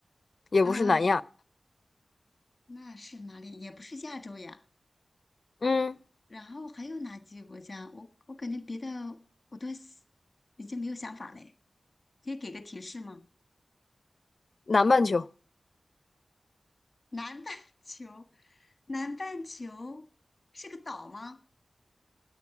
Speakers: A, on the left (about 55°); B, on the left (about 35°).
A: 也不是南亚，
B: 啊，那是哪里？也不是亚洲呀。
A: 嗯，
B: 然后还有哪几个国家？我我感觉别的我都已经没有想法嘞。可以给个提示吗？
A: 南半球，
B: 南半球，<laughs> 南半球是个岛吗？